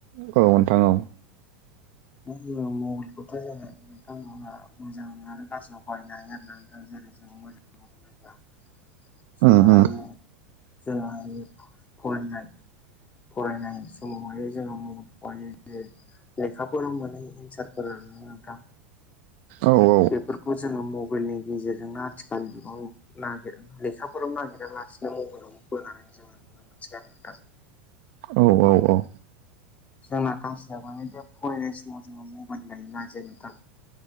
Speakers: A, on the right; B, on the left.
A: औ नोंथां औ
B: मानो होनबा मबाइलखौथ' जोङो नोंथांमोनहा मोजां आरो गाज्रियाव बाहायनो हायो आरो दा जेरै जों मोजां मावबोनोबा जों
A: उम
B: हायो
A: उम
B: जों फरायनाय फरायनाय समावहाय जोङो मबाइलखौहाय जे एन्सारफोरा नोंथां
A: औ औ
B: बेफोरखौ जोङो मबाइलनि गेजेरजोंनो आथिखाल जुगाव नागिरना लेखा फलाव नागिरालासिनो मबाइलाव बोनानै जोङो नुनो मोनसै आरो नोंथां
A: औ औ औ
B: जोंना गाज्रिया माने जे फरायनाय समाव जोङो मबाइल न जेनथ